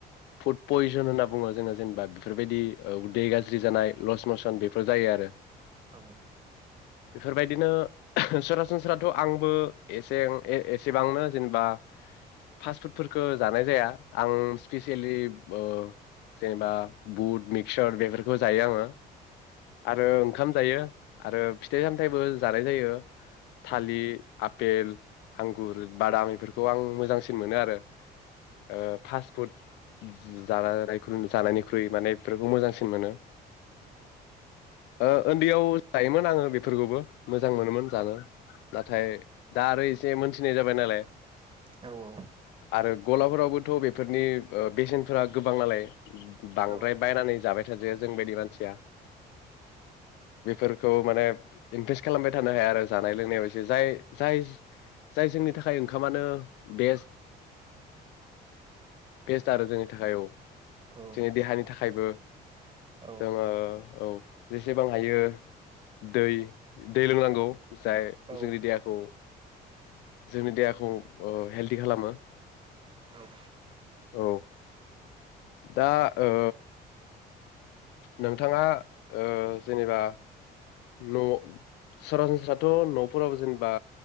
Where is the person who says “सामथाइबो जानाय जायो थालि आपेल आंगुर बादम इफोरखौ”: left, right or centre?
Left